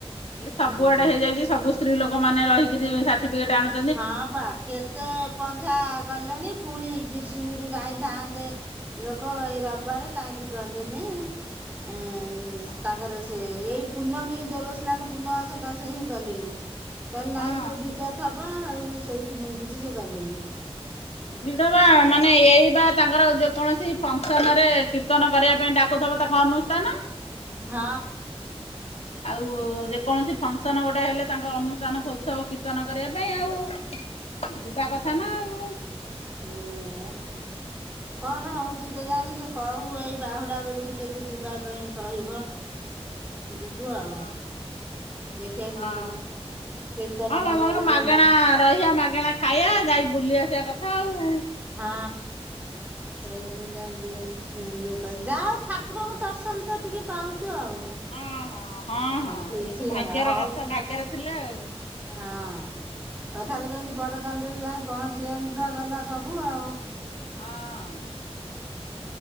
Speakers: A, on the left; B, on the right.
A: ଇ ସବୁଆଡେ
B: ହଁ।
A: ହେଇଯାଇଚି ସବୁ ସ୍ତ୍ରୀ ଲୋକମାନେ ରହିକିରି ସାର୍ଟିଫିକେଟ ଆଣୁ
B: ହଁ ବା କେତେ ପଞ୍ଝା ଗଲେଣି ପୁଣି ବିରସିଂରୁ ଯାଇଥାନ୍ତେ ଲୋକ ଏଇ ରବିବାରେ କାହିଁକି ଗଲେନି।
A: <inaudible>
B: ଏଁ ତାଙ୍କର ସେ ଏଇ ପୂର୍ଣ୍ଣମୀ ଦେବସ୍ନାନ ପୂର୍ଣ୍ଣମା ସକାଶେ ହିଁ ଗଲେନି। କହିଲେ ନାଇଁ
A: ହଁ
B: ସେ ଯୋ ଭିଡ ଥବ ଆଉ ସେଇଥିନାଗି କିଛି ସେ ଗଲେନି।
A: ଭିଡ ବା ମା ନେ ଏଇ ବା ତାଙ୍କର ଯେକୌଣସି ଫଙ୍କସନରେ କୀର୍ତ୍ତନ କରିବା ପାଇଁ ଡାକୁଥିବ ତାଙ୍କ ଅନୁଷ୍ଠାନ।
B: ହଁ।
A: ଆଉ ଯେକୌଣସି ଫଙ୍କସନ ଗୋଟେ ହେଲେ ତାଙ୍କ ଅନୁଷ୍ଠାନ ଖୋଜୁଥିବ କୀର୍ତ୍ତନ କରିବା ପାଇଁ ଆଉ। ଯିବା କଥା ନା ଆଉ।
B: ସେଇଆ ଯେ। କଣ ହଉଚି କେଜାଣି ସେ କହୁ ଏଇ ବାହୁଡା ବେଳକୁ ଯଦି ଯିବା ପାଇଁ କହିବ। ଯିବୁ ଆଉ
A: ହଁ
B: ଦେଖିବା କୀର୍ତ୍ତନ
A: ହଁ
B: କୀର୍ତ୍ତନ
A: ହଁ ମ
B: ମଣ୍ଡଳୀରେ
A: <unintelligible> ମାଗଣା
B: ନା
A: ରହିବା ମାଗଣା ଖାଇବା ଯାଇ ବୁଲିବାସିବା କଥା ଆଉ।
B: ହଁ ସେଇ ଦେ <unintelligible> ଇଏ କ ଯାହା ହଉ ଠାକୁରଙ୍କୁ ଦର୍ଶନ ତ ଟିକେ ପାଉଚୁ ଆଉ।
A: ହଁ ହଁ ହଁ
B: ହଉ
A: ହଁ
B: କିଛି
A: ଇଏ ତ ଭାଗ୍ୟର
B: ହଉ
A: କଥା
B: କି
A: ଭାଗ୍ୟରେ ଥିଲେ ଆଉ।
B: ହଁ। କଥାରେ କଇଚି ବଡ ଦାଣ୍ଡରେ ଯାଇ ପହଞ୍ଚିଗଲୁ ତ ଗଲା ସବୁ ଆଉ।
A: ହଁ।